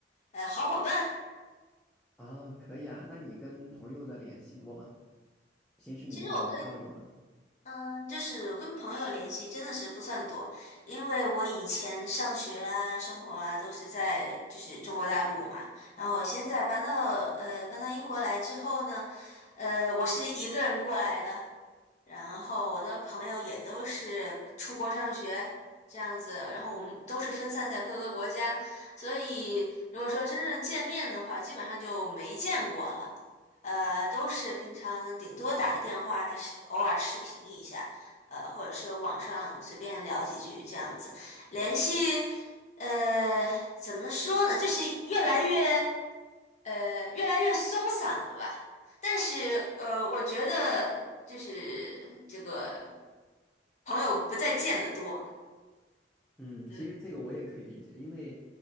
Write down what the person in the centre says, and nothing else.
啊，可以啊。那你跟朋友的联系多吗？平时你们怎么交流呢？
嗯，其实这个我也可以理解，
因为，